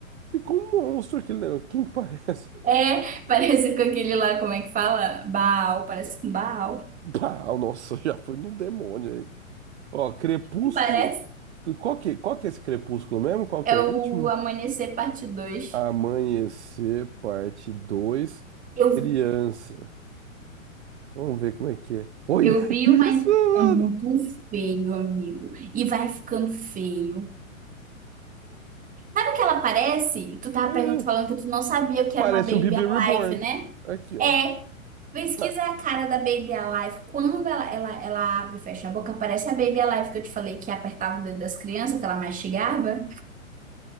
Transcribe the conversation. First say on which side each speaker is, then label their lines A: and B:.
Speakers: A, on the right; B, on the right.
A: ficou um monstro aquele negócio. Quem que parece? <laughs>
B: É, <laughs> parece com aquele lá, como é que fala? Baal, parece com Baal.
A: Bah, nossa, já foi num demônio aí. Ó, Crepúsculo.
B: Não parece?
A: Qual que, qual que é esse Crepúsculo mesmo? Qual
B: É
A: que é o
B: o
A: último?
B: Amanhecer Parte dois
A: Amanhecer, parte dois
B: Eu,
A: Criança. Vamos ver como é que é. Olha
B: eu vi
A: isso,
B: uma.
A: mano!
B: É muito feio, amigo. E vai ficando feio. Sabe o que ela parece? Tu tava
A: <laughs>
B: perguntando, falando que tu não sabia o que
A: Parece
B: era uma Baby
A: um bebê
B: Alive,
A: reborn.
B: né?
A: Aqui, ó.
B: É, Pesquisa
A: Ah,
B: a cara da Baby Alive. Quando ela, ela, ela abre e fecha a boca, parece a Baby Alive que eu te falei que apertava o dedo das crianças, que ela mastigava.